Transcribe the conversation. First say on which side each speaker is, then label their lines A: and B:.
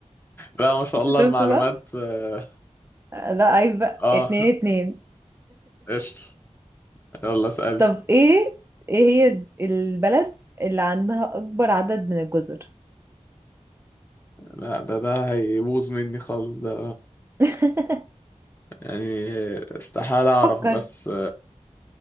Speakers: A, on the left; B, on the right.
A: لا ما شاء الله
B: شفت
A: المعلومات
B: بقى
A: اه
B: لا عيب بقى
A: آه،
B: اتنين اتنين
A: قشطة يلا اسألي
B: طب ايه ايه هي البلد اللي عندها اكبر عدد من الجزر
A: لا ده ده هيبوظ مني خالص ده
B: <laughs>
A: يعني استحالة أعرف
B: فكر
A: بس